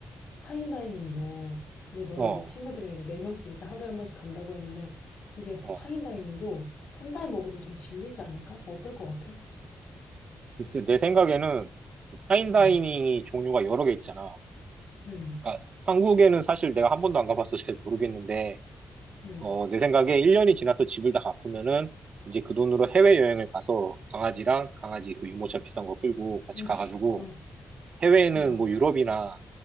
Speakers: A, on the left; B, on the right.
A: 파인다이닝도 이제 너는
B: 어, 어.
A: 이제 친구들이랑 이제 네 명씩 이제 하루에 한 번씩 간다고 했는데 이게
B: 어.
A: 파인다이닝도 한 달 먹으면 좀 질리지 않을까? 어떨 것 같아?
B: 글쎄, 내 생각에는 파인다이닝이
A: 음,
B: 종류가 여러 개 있잖아.
A: 음,
B: 그러니까 한국에는 사실 내가 한 번도 안 가봐서 잘 모르겠는데,
A: 음,
B: 어, 내 생각에 1년이 지나서 집을 다 갚으면은 이제 그 돈으로 해외여행을 가서 강아지랑 강아지 그 유모차 비싼 거 끌고 같이
A: 음,
B: 가가지고
A: <laughs> 어,
B: 해외에는
A: 음.
B: 뭐 유럽이나